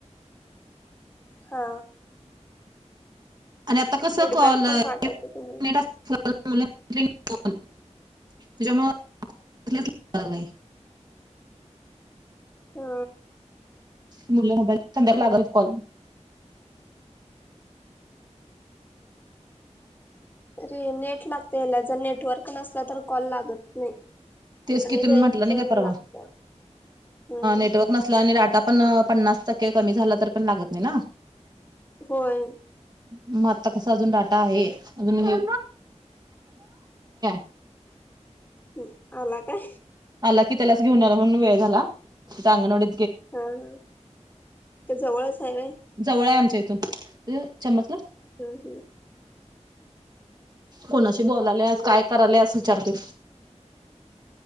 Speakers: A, on the left; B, on the right.
A: हा
B: आणि आता कस
A: फीडबॅक
B: कॉल
A: पण पाठवतो तुम्हाला
B: त्याच्यामुळ <unintelligible>
A: हा.
B: मु संंद्याकाळी लागल कॉल.
A: अे नेट लागते याला जर नेटवर्क नसला तर कॉल लागत नाही.
B: तेच
A: आणि
B: की तुम्ही
A: रेंज
B: म्हटलं
A: पण
B: नाही का परवा
A: लागत्या हम्म
B: नेटवर्क नसला आणि डाटा पण पन्नास टक्के कमी झालं तर पण लागत नाही ना?
A: होय.
B: मग आत्ता कसा अजून डाटा आहे. अजून अ <inaudible>
A: हम्म. अला काय?
B: आला की त्यालाच घेऊन आला म्हणून वेळ झाला तिथं अंगणवाडी
A: हा हा. त्या जवळच आहे वय.
B: जवळ आहे आमच्या इथून. चम्मचला
A: हम्म हम्म.
B: कोणाशी बोलाल्या काय करालस विचारतय.